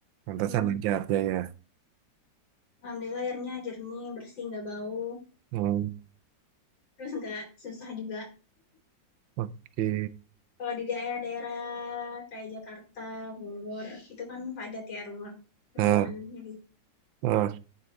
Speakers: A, on the right; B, on the left.
A: lantasan
B: Hmm,
A: lancar jaya
B: Alhamdulillah airnya jernih, bersih, nggak bau.
A: hmm,
B: Terus nggak susah juga.
A: oke
B: Kalau di daerah-daerah kayak Jakarta, Bogor, itu kan padat ya rumah perumahan.
A: Eh,
B: Jadi
A: eh,